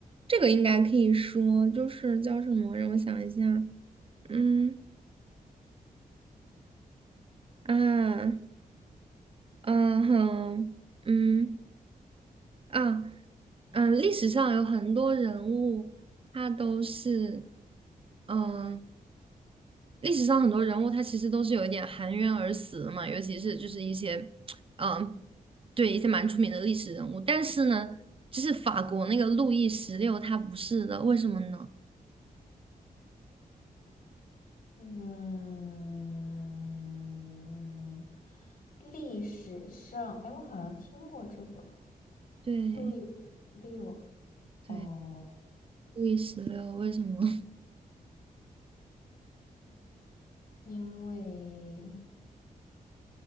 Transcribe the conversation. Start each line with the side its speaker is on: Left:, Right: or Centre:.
Right: 这个应该可以说，就是叫什么？让我想一下。嗯啊，嗯哼，嗯啊，嗯，历史上有很多人物，他都是，嗯，历史上很多人物，他其实都是有一点含冤而死的嘛，尤其是就是一些，嗯，对，一些蛮出名的历史人物。但是呢，就是法国那个路易十六，他不是的，为什么呢？
Left: 嗯，历史上，哎，我好像听过这个
Right: 对。
Left: 路易十六
Right: 对，
Left: 哦，
Right: 路易十六为什么 <laughs>
Left: 因为